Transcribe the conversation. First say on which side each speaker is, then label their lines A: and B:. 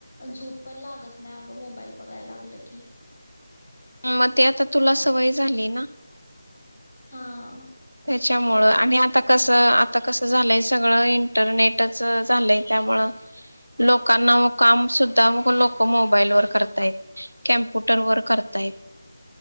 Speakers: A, on the left (about 40°); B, on the right (about 85°).
A: झोप पण लागत नाही अगं मोबाईल बघाय लागलं की.
B: म ते आता तुला सवय झाली ना?
A: हा.
B: त्याच्यामुळ
A: बरोबर
B: आणि आता कस आता कसं झालंय सगळं इंटरनेट इंटरनेटच झालंय त्यामळ लोकांना म काम सुद्धा मग लोक मोबाईल वर करतायत कम्प्युटर वर करतायत.